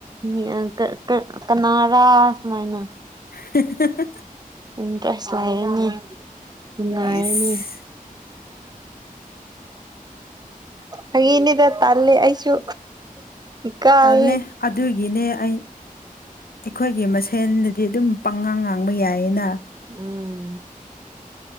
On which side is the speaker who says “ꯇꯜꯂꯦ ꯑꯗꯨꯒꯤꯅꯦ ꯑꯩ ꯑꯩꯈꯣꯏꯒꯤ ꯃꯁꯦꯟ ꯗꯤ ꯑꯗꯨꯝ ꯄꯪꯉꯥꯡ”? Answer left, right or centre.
Left